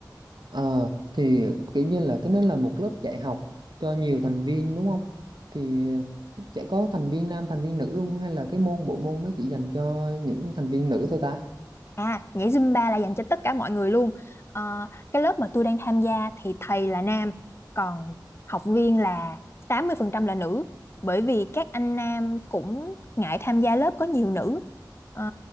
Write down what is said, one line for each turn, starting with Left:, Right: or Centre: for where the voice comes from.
Right: Ờ, thì kiểu như là cái nó là một lớp dạy học cho nhiều thành viên đúng không? Thì sẽ có thành viên nam, thành viên nữ luôn hay là cái môn bộ môn nó chỉ dành cho những thành viên nữ thôi ta?
Left: À, nhảy Zumba là dành cho tất cả mọi người luôn. Ờ, cái lớp mà tôi đang tham gia thì thầy là nam, còn học viên là 80% là nữ. Bởi vì các anh nam cũng ngại tham gia lớp có nhiều nữ. Ờ,